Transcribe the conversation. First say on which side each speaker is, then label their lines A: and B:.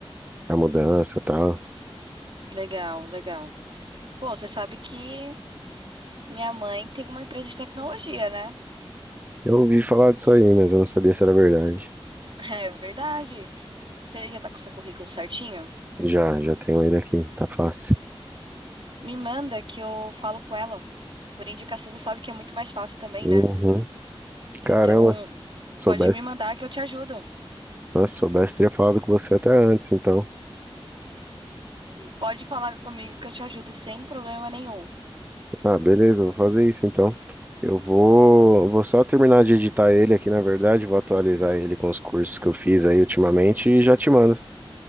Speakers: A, on the right; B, on the right.
A: a mudança e tal.
B: Legal, legal. Pô, você sabe que minha mãe tem uma empresa de tecnologia, né?
A: Eu ouvi falar disso aí, mas eu não sabia se era verdade.
B: <laughs> É verdade. Você já tá com o seu currículo certinho?
A: Já, já tenho ele aqui, tá fácil.
B: Me manda que eu falo com ela. Por indicação, você sabe que é muito mais fácil também,
A: Uhum.
B: né? Então,
A: Caramba, soubesse.
B: pode me mandar que eu te ajudo.
A: Nossa, se soubesse, teria falado com você até antes, então.
B: Pode falar comigo que eu te ajudo sem problema nenhum.
A: Ah, beleza, vou fazer isso então. Eu vou, vou só terminar de editar ele aqui, na verdade, vou atualizar ele com os cursos que eu fiz aí ultimamente e já te mando,